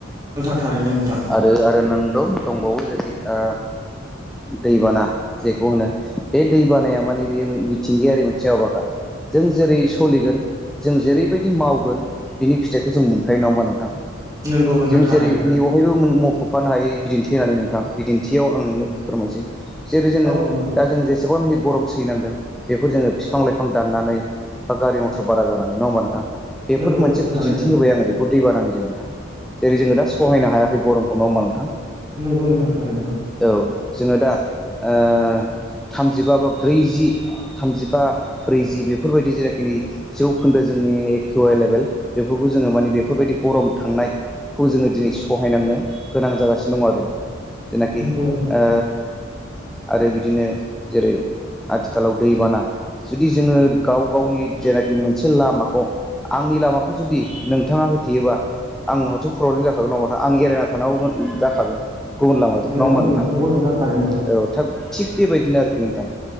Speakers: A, on the right (about 20°); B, in the centre.
A: नोंथां थारैनो नोंथां
B: आरो आरो नों दं दंबावो जेरै ओ दैबाना जेखौ होनो बे दैबानाया माने बेयो मिथिंगियारि मोनसे हाबाखा जों जेरै सलिगोन जों जेरैबायदि मावगोन बिनि फिथाइखौ जों मोनखायो नङा होनबा नोंथां
A: नोंगौ नोंथां
B: जों
A: थारैनो
B: जेरै नै बहायबो मख'फानो हायो बिदिन्थि होनानै नोंथां बिदिन्थियाव आं नोंनो फोरमायसै जेरै जोङो
A: औ नंगौ नोंथां
B: दा जोङो जेसेबां गरम सैनांदों बेफोर जोङो बिफां लाइफां दाननानै बा गारि मथर बारा जानानै नङा होनबा नोंथां बेफोर
A: नोंगौ
B: मोनसे
A: नोंथां थारैनो
B: बिदिन्थि होबाय आङो बेखौ दैबानानि जे नोंथां जेरै जोङो दा सहायनो हायाखै गरम नङा होमबा नोंथां
A: नंगौ नोंथां थारैनो
B: औ जोङो दा ओ थामजिबा बा ब्रैजि थामजिबा ब्रैजि बेफोरबायदि जेनाखि जौखोन्दो जोंनि एकिउएल लेभेल बेफोरखौ जोङो माने बेफोरबायदि गरम थांनायखौ जोङो दिनै सहायनांनो गोनां जागासिनो दं आरो जेनाखि
A: नोंगौ नोंथां
B: ओ आरो बिदिनो जेरै आथिखालाव दैबाना जुदि जोङो गाव गावनि जेनाखि मोनसे लामाखौ आंनि लामाखौ जुदि नोंथाङा हो थेयोबा आं म हाथ' प्रब्लेम जाखागोन नङा बाथा आं एरायना थानांगौ गो जाखागोन गुबुन लामाजों
A: नोंगौ
B: नङा होमबा
A: नोंगौ
B: नोंथां
A: थारैनो
B: औ थोग थिग बेबायदिनो आरोखि नोंथां